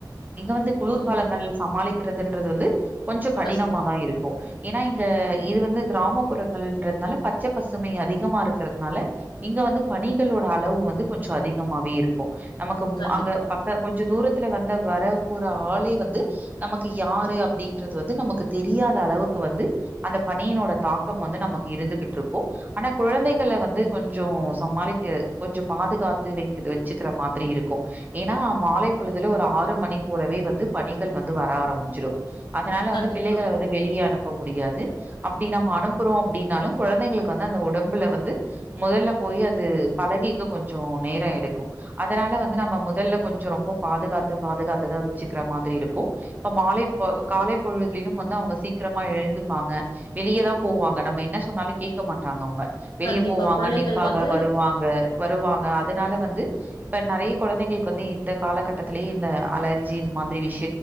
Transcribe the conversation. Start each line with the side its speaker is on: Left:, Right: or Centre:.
Right: எங்க வந்து குளூர்காலங்கள்
Left: ம்
Right: சமாளிக்கிறத் துன்றது வந்து கொஞ்சோ கடினமாதா
Left: கஷ்டம்
Right: இருக்கு ஏனா இங்க இது வந்து கிராமப்புறங்கள்ன்றதுனால பச்ச பசுமை அதிகமா இருக்கறதுனால இங்க வந்து பனிகளோட அளவு வந்து கொஞ்சோ அதிகமாவே இருக்கு நமக்கு மு
Left: கண்டிப்பா
Right: அங்க பக்க கொஞ்சொ தூரத் த்துல வந்த வர ஒரு ஆளே வந்து நமக்கு யாரு அப்டீன்றது வந்து நமக்கு தெரியாத அளவுக்கு வந்து அந்த பணியினோட தாக்கம் வந்து நமக்கு இருந்துக்கிட்ருக்கு ஆனா குழந்தைகள வந்து கொஞ்சோ சமாளிக்க கொஞ்சோ பாதுகாத்து வெக்குது வெச்சுக்கிற மாதிரி இருக்கு ஏனா மாலை பொழுதுல ஒரு ஆறு மணி போலவே வந்து பணிகள் வந்து வர ஆரம்பிச்சிரு அதனால
Left: கண்டிப்பா
Right: வந்து பிள்ளைகள வந்து வெளிய அனுப் போப் முடியாது அப்டி நம்ம அனுப்புறோ அப்டின்னாலு கொழந்தைங்ளுக்கு வந்து அந்த ஒடம்புல வந்து மொதல்ல போயி அது பழகிக்க கொஞ்சோ நேர எடுக்கு அதனால வந்து நம்ம மொதல்ல கொஞ்சோ ரொம்போ பாதுகாத்து பாதுகாத் து தா வச்சுக்கிற மாதிரி இருக்கு இப்ப மாலைப்பொ காலைப்பொழுதுலியு வந்து அவுங்க சீக்ரமா எழுந்துப்பாங்க வெளியதா போவாங்க நம்ம என்ன சொன்னாலு கேக்க மாட்டாங்க அவுங்க வெளிய
Left: கண்டிப்பா
Right: போவாங்க
Left: பிள்ளைகள்
Right: நிப்பாங்க
Left: வந்து
Right: வருவாங்க வருவாங்க அது அதனால வந்து இப்ப நறைய கொழந்தைங்ளுக்கு வந்து இந்த காலகட்டத்திலேயே இந்த அல ஜி இது மாதிரி விஷ்